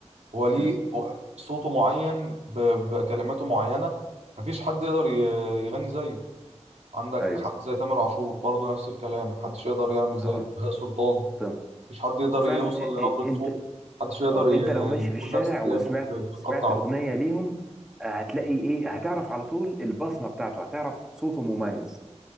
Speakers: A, on the right (about 70°); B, in the centre.
A: هو ليه
B: امم
A: و- صوته معين ب- بكلماته معينه مفيش حد يقدر ي- يغني زيه عندك
B: ايوه
A: حد زي تامر عاشور برضه نفس الكلام محدش
B: مم.
A: يقدر يعمل زيه
B: طبعا
A: بهاء سلطان
B: طبعا
A: مفيش حد يقدر
B: هو فعلا
A: يوصل
B: إ-
A: لنبرة
B: إ- انت
A: صوت محدش يقدر
B: آه،
A: ي-
B: انت لو ماشي
A: يقول
B: في الشارع
A: نفس كلامه
B: وسمعت
A: بالدقة
B: سمعت
A: بتاعته
B: اغنيه ليهم آه، هتلاقي ايه هتعرف على طول البصمه بتاعته هتعرف صوته مميز